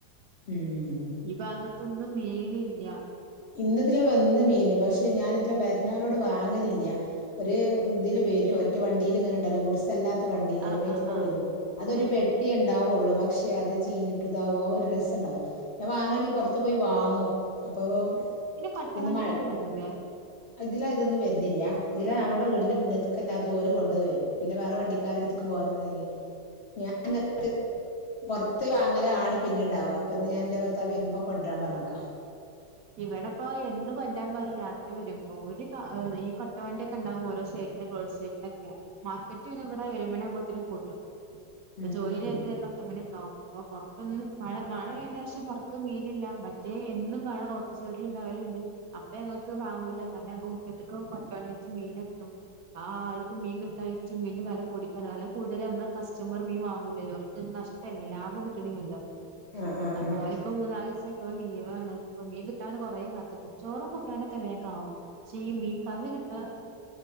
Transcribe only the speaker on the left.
ഉം
ഇന്ന ഇതില വന്ന് മീന് പക്ഷെ ഞാൻ ഇതില് വരുന്നവലോട് വാങ്ങലില്ല ഒരു ഇതില് വരും ഒറ്റ വണ്ടിൽ ഇങ്ങനെ ഉണ്ടല്ലോ ഗൂടിസ്ല്ലാത്ത വണ്ടില്
വിട്ടില്
വരും അതൊരു
പെട്ടിയുണ്ട് ഉണ്ടാവുള്ളൂ പക്ഷെ അത് ചെയീഞ്ഞിട്ടുതാാവും ആ ഒരു രസ്ത ണ്ടാവല്ലോ ഞാൻ വാങ്ങയാണെങ്കിൽ പുറത്ത് പോയി വാങ്ങും അപ്പോവും
ഇന്ന് മഴ
ഇതില ഇതൊന്നും വരുന്നില്ല ഇതില അവളുടെ വീടിന്റെ മുന്നേത്തേ ക്കന്നെ അത്ഓര് കൊണ്ട വരും പിന്നെ വേറെ വണ്ടിക്കാരര് ത്തു ക്ക് പോവാന്ന്‌ അയിന്ഞാൻ എ പോർത്ത് വാങ്ങലാ പിന്നെണ്ടാവാ പ്പൊന്ന് ഞാൻ ന്റെ ഭർത്താവ് വരുമ്പോ കൊൻ ട്രാൻ പറഞ്ക്കാ
ഉം
ഉം ഉം
ആഹ് ആഹ്
ആഹ്